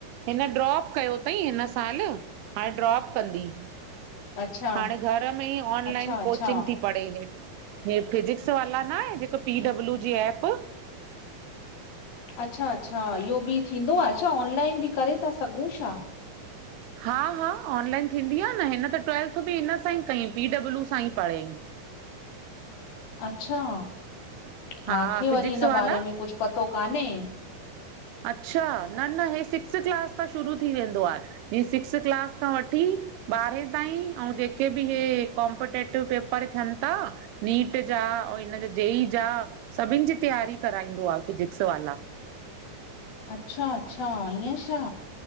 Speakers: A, on the right; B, on the left.
A: हिन ड्रॉप कयो तई हिन साल हाणे ड्रॉप कंदी।
B: अच्छा
A: हाणे घर में ई ऑनलाइन
B: अच्छा अच्छा
A: कोचिंग थी पढ़े हे हे फिजिक्स वाला नाहे जेको पी डब्लू जी एप
B: अच्छा अच्छा इहो बि थींदो आ छा ऑनलाइन बि करे था सघूं छा।
A: हा हा ऑनलाइन थींदी आ न। हिन त ट्वेल्थ बि हिन सां ई कई पी डब्लू सां ई पढ़ियईं।
B: अच्छा माखे
A: हा
B: वरी
A: फिजिक्स
B: हिन
A: वाला
B: बारे में कुछ पतो कान्हे।
A: अच्छा न न हे सिक्स क्लास खां शुरू थी वेंदो आहे ह सिक्स क्लास खां वठी ॿारहें ताईं ऐं जेके बि इहे कॉम्पटेटिव पेपर थियन ता नीट जा ऐं हिनज जेई जा सभिनन जी तयारी कराईंदो आ फिजिक्स वाला
B: अच्छा अच्छा ईअं छा?